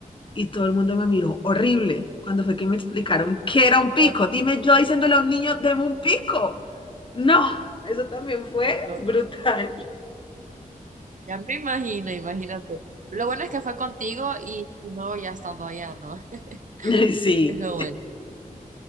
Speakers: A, on the left; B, on the right.
A: Y todo el mundo me miró horrible cuando fue que me explicaron qué era un pico.
B: Ok.
A: Dime yo diciéndole a un niño, deme un pico. No, eso también fue
B: Ay, no,
A: brutal.
B: no. Ya me imagino, imagínate. Lo bueno es que fue contigo y no ya estando allá, ¿no? <laughs>
A: <laughs> Sí,
B: Es lo bueno.